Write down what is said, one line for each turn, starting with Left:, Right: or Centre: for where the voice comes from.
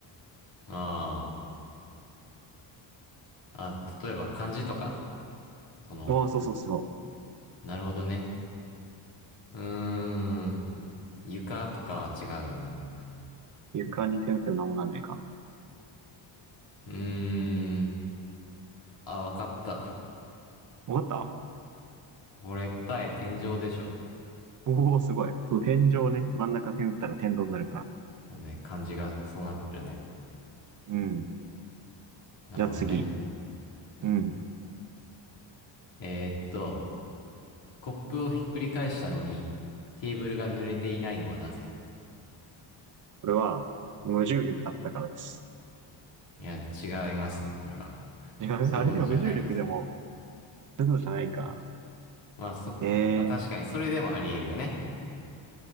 Left: う。<laughs> あー、あ、例えば漢字とか。その、
Right: おお、そうそうそ
Left: なるほどね。うーん、床とかは違うよな。
Right: う。床に点打っても何もなんないか。
Left: うーん、あ、わかった。
Right: わかった
Left: これ答え天井でしょ。
Right: おおー、すごい。そう、天井ね。真ん中点打ったら天井になるから。
Left: そうね、漢字がそうなってるね。
Right: うん。
Left: なるほどね。
Right: じゃあ次。うん。
Left: えーっと、コップをひっくり返したのに、テーブルが濡れていないのはなぜ
Right: これは、無重力だったからです。
Left: いや、違いますね、これは。
Right: <laughs> 違う、
Left: そういうことじゃないです。
Right: あれでも無重力でも、そういうのじゃないか。
Left: まあ、そ、
Right: え
Left: まあ確かにそれでもあり得るよね。
Right: ー、